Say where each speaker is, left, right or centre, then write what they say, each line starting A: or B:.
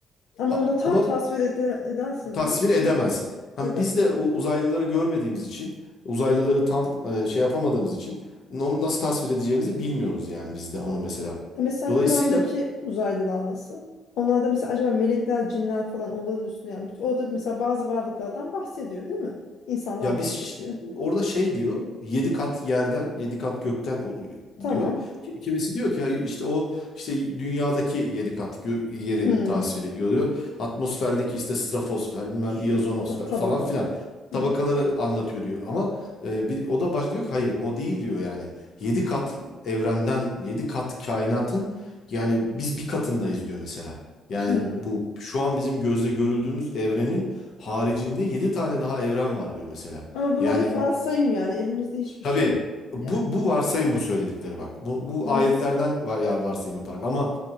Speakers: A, on the left; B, on the left.
A: Ama
B: A-
A: ona tam
B: Ama
A: tasvir ede edersen onu
B: tasvir
A: bir şey
B: edemez.
A: hiç
B: Hani
A: edemez.
B: biz de o uzaylıları görmediğimiz için, uzaylıları tam e, şey yapamadığımız için onu nasıl tasvir edeceğimizi bilmiyoruz yani biz de onu mesela.
A: E mesela
B: Dolayısıyla
A: Kur'an'daki uzaylılar nasıl? Onlar da mesela acaba melekler, cinler falan onların üstüne yapmış. Orada mesela bazı varlıklardan bahsediyor, değil mi? İnsandan
B: Ya
A: bahsediyor.
B: biz ş- orada şey diyor. Yedi kat yerden, yedi kat gökten o-
A: Tamam.
B: diyor. Ki- Kimisi diyor ki ya işte o işte dünyadaki yedi kat gö- yeri
A: Hmm.
B: tasvir ediyor diyor. Atmosferdeki işte stratosfer, bilmem
A: Şu,
B: iyozonosfer
A: ha, tabak.
B: falan filan
A: Hmm.
B: tabakaları anlatıyor diyor. Ama e, bir, o da baş diyor ki hayır o değil diyor yani. Yedi kat evrenden, yedi kat kainatın yani biz bir katındayız diyor mesela. Yani
A: Hmm.
B: bu şu an bizim gözle görüldüğümüz evrenin Haricinde 7 tane daha evren var diyor mesela.
A: Ama bunlar
B: Yani
A: hep varsayım yani. Elimizde hiçbir
B: tabii
A: şey yok
B: bu,
A: yani.
B: bu varsayım bu söyledikleri bak. Bu, bu
A: Hı
B: ayetlerden
A: hı.
B: va- ya varsayım yaparak ama